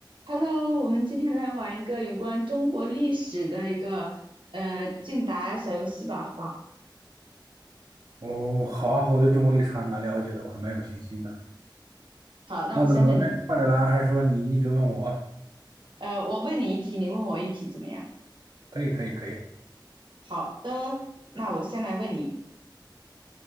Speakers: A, on the right (about 80°); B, on the right (about 50°).
A: Hello，我们今天来玩一个有关中国历史的一个呃竞答小游戏吧，好不好？
B: 哦，好啊，我对中国历史还蛮了解的，我还蛮有信心的。
A: 好，那我先问你，
B: 那么怎么来？换着来，还是说你一直问我？
A: 呃，我问你一题，你问我一题，怎么样？
B: 可以，可以，可以。
A: 好的，那我先来问你，